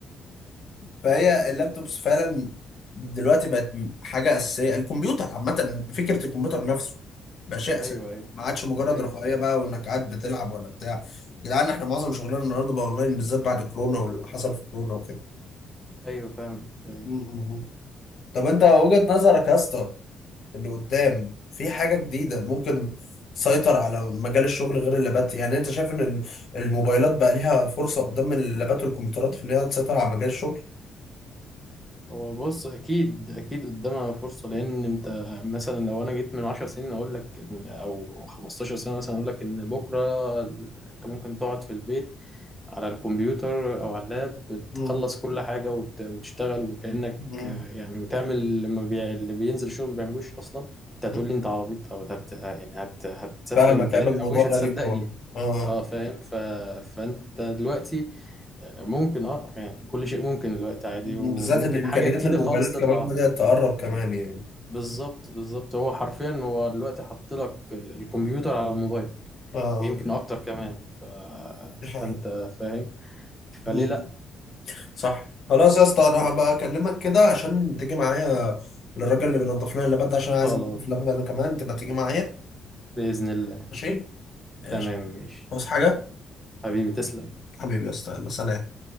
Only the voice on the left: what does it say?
فهي
اللابتوبس فعلا دلوقتي بقت حاجه اساسيه الكمبيوتر عامه فكره الكمبيوتر نفسه بقى شيء اساسي
ما عادش مجرد
رفاهيه بقى وانك قاعد بتلعب ولا بتاع يا جدعان احنا معظم شغلنا النهارده بقى اونلاين بالذات بعد كورونا واللي حصل في كورونا وكده
م- م- م. طب انت وجهه نظرك يا اسطى اللي قدام في حاجة جديدة ممكن تسيطر على مجال الشغل غير اللابات يعني انت شايف ان ال- الموبايلات بقى ليها فرصة قدام اللابات والكمبيوترات في ان هي تسيطر على مجال الشغل
مم.
مم.
مم.
فاهمك
هيبقى الموضوع
غريب
طبعا اه
بالذات
ان امكانيات
الموبايلات
كمان بدأت تقرب كمان يعني
اه
دي حقيقة
مم.
صح خلاص يا اسطى انا هبقى اكلمك كده عشان تيجي معايا للراجل اللي بينضف لنا اللابات ده عشان
عايز انضف اللابات انا كمان تبقى تيجي معايا
ماشي ماشي
بص حاجة
حبيبي يا اسطى يلا سلام